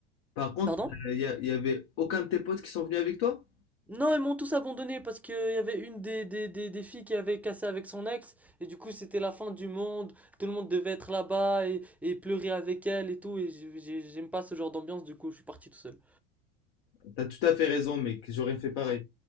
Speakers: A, on the left; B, in the centre.
A: par contre,
B: pardon?
A: il y, a- y avait aucun de tes potes qui sont venus avec toi?
B: Non, ils m'ont tous abandonné parce qu'il y avait une des, des, des, des filles qui avait cassé avec son ex. Et du coup, c'était la fin du monde. Tout le monde devait être là-bas et, et pleurer avec elle et tout. Et j'ai- j'ai- j'aime pas ce genre d'ambiance, du coup, je suis parti tout seul.
A: T'as tout à fait raison, mec. J'aurais fait pareil.